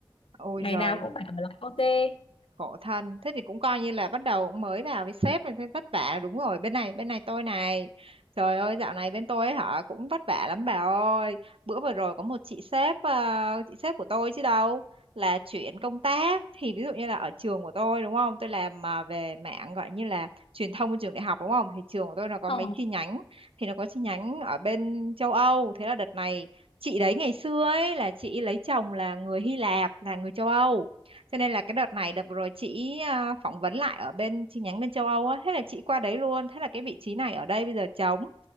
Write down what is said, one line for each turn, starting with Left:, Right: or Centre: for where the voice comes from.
Right: Ôi
Left: ngày
Right: giời
Left: nào cũng phải ở lại OT
Right: khổ thân thế thì cũng coi như là bắt đầu mới vào với sếp nên thấy vất vả đúng rồi bên này bên này tôi này trời ơi dạo này bên tôi ấy hả cũng vất vả lắm bà ơi bữa vừa rồi có một chị sếp ờ, chị sếp của tôi chứ đâu là chuyển công tác thì ví dụ như là ở trường của tôi đúng không tôi làm ờ, về mạng gọi như là truyền thông của trường đại học đúng không thì trường của tôi nó có
Left: Ờ.
Right: mấy chi nhánh thì nó có chi nhánh ở bên châu Âu thế là đợt này chị đấy ngày xưa ấy là chị lấy chồng là người Hy Lạp là người châu Âu cho nên là cái đợt này đợt vừa rồi chị à, phỏng vấn lại ở bên chi nhánh bên châu Âu á, thế là chị qua đấy luôn, thế là cái vị trí này ở đây bây giờ trống.